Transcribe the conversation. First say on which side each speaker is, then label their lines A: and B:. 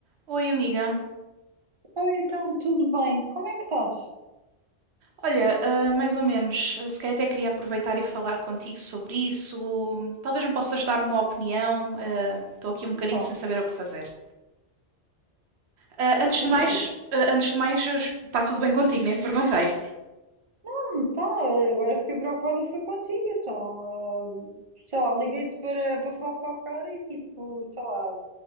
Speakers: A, on the right; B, on the right.
A: Oi, amiga.
B: Oi, então, tudo bem? Como é que estás?
A: Olha, ah, mais ou menos. Ah, Se calhar até queria aproveitar e falar contigo sobre isso. Talvez me possas dar uma opinião. ah, Estou aqui um bocadinho
B: Então,
A: sem saber o que fazer. Ah, antes
B: mas
A: de mais,
B: sou.
A: ah, antes de mais, está tudo bem contigo, nem te perguntei.
B: Hum, Então, eh, agora fiquei preocupada, foi contigo, então. eh, Sei lá, liguei-te para, para fofocar e tipo, sei lá,